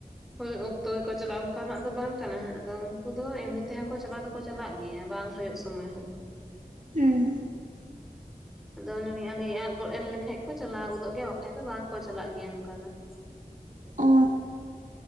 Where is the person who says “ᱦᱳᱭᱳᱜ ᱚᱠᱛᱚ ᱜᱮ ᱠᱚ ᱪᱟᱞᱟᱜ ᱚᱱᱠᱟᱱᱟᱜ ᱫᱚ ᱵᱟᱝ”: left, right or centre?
Centre